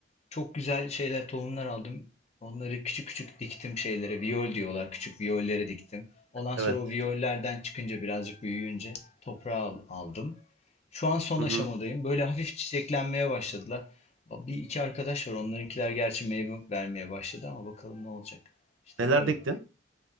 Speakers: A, on the left (about 35°); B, on the right (about 80°).
A: Çok güzel şeyler, tohumlar aldım. Onları küçük küçük diktim şeylere. Viyol diyorlar. Küçük viyollere diktim. Ondan sonra
B: Evet.
A: o viyollerden çıkınca birazcık büyüyünce toprağa al- aldım. Şu an son
B: Hı
A: aşamadayım.
B: hı.
A: Böyle hafif çiçeklenmeye başladılar. Bir iki arkadaş var. Onlarınkiler gerçi meyve vermeye başladı ama bakalım ne olacak. İşte
B: Neler
A: böyle.
B: diktin?